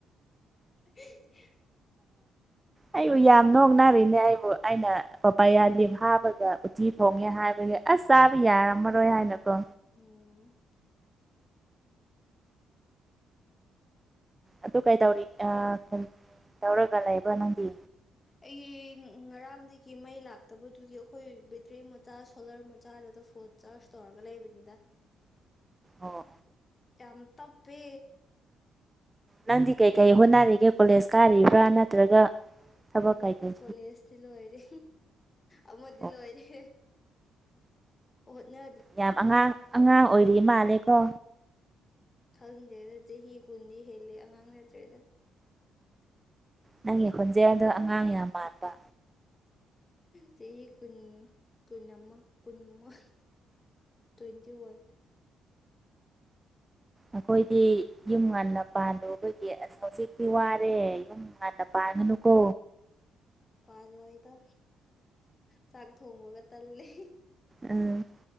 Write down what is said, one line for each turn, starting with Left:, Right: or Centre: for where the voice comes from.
Left: <unintelligible>
Right: ꯑꯩꯕꯨ ꯌꯥꯝ ꯅꯣꯛꯅꯔꯤꯅꯦ ꯑꯩꯕꯨ ꯑꯩꯅ ꯄꯄꯥꯌꯥ ꯂꯤꯞ ꯍꯥꯞꯕꯒ ꯎꯠꯇꯤ ꯊꯣꯡꯉꯦ ꯍꯥꯏꯕꯒꯤ ꯑꯁ ꯆꯥꯕ ꯌꯥꯔꯝꯃꯔꯣꯏ ꯍꯥꯏꯅꯀꯣ
Left: ꯎꯝ
Right: ꯑꯗꯨ ꯀꯩꯇꯧꯔꯤ ꯑꯥ ꯀꯔꯤ ꯇꯧꯔꯒ ꯂꯩꯕ ꯅꯪꯗꯤ
Left: ꯑꯩ ꯉꯔꯥꯡꯗꯒꯤ ꯃꯩ ꯂꯥꯛꯇꯕꯗꯨꯒꯤ ꯑꯈꯣꯏ ꯕꯦꯇ꯭ꯔꯤ ꯃꯆꯥ ꯁꯣꯂꯔ ꯃꯆꯥ ꯑꯗꯨꯗ ꯐꯣꯟ ꯆꯥꯔꯖ ꯇꯧꯔꯒ ꯂꯩꯕꯅꯤꯗ
Right: ꯑꯣ
Left: ꯌꯥꯝ ꯇꯞꯄꯦ
Right: ꯅꯪꯗꯤ ꯀꯩ
Left: ꯃꯩ
Right: ꯀꯩ ꯍꯣꯠꯅꯔꯤꯒꯦ ꯀꯣꯂꯦꯖ ꯀꯥꯔꯤꯕ꯭ꯔꯥ ꯅꯠꯇ꯭ꯔꯒ ꯊꯕꯛ
Left: ꯂꯣ
Right: ꯀꯩꯀꯩ
Left: ꯀꯣꯂꯦꯖ ꯇꯤ ꯂꯣꯏꯔꯦ ꯑꯃꯗꯤ
Right: ꯑꯣ
Left: ꯂꯣꯏꯔꯦ ꯍꯣꯠꯅ
Right: ꯌꯥꯝ ꯑꯉꯥꯡ ꯑꯉꯥꯡ ꯑꯣꯏꯔꯤ ꯃꯥꯜꯂꯦꯀꯣ
Left: ꯈꯪꯗꯦꯗ ꯆꯍꯤ ꯀꯨꯟꯗꯤ ꯍꯦꯜꯂꯦ ꯑꯉꯥꯡ ꯅꯠꯇ꯭ꯔꯦꯗ
Right: ꯅꯪꯒꯤ ꯈꯣꯟꯖꯦꯟꯗꯣ ꯑꯉꯥꯡ ꯌꯥꯝ ꯃꯥꯟꯕ
Left: ꯆꯍꯤ ꯀꯨꯟ ꯀꯨꯟ ꯑꯃ ꯀꯟꯃ ꯇ꯭ꯋꯦꯟꯇꯤ ꯋꯥꯟ
Right: ꯑꯈꯣꯏꯗꯤ ꯌꯨꯝ ꯉꯟꯅ ꯄꯥꯟꯜꯎꯕꯒꯤ ꯑꯁ ꯍꯖꯤꯛꯇꯤ ꯋꯥꯔꯦ ꯍꯅ ꯄꯥꯒꯅꯨꯀꯣ
Left: ꯄꯥꯜꯂꯣꯢꯗ ꯆꯥꯛ ꯊꯣꯡꯕꯒ ꯇꯜꯂꯤ
Right: ꯎꯝ